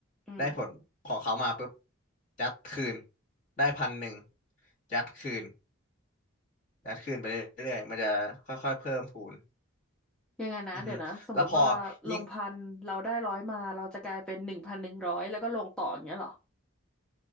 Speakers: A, in the centre; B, on the left.
A: อืม
B: ได้ผลของเขามาปุ๊บยัดคืนได้พันหนึ่งยัดคืนยัดคืนไปเรื่อยๆมันจะค่อยๆเพิ่มพูน
A: ยังไงนะเดี๋ยวนะสมมติว่าลงพันเราได้ร้อยมาเราจะกลายเป็นหนึ่งพันหนึ่งร้อยแล้วก็ลงต่ออย่างเงี้ยเหรอ
B: อือฮึแล้วพอยิ่ง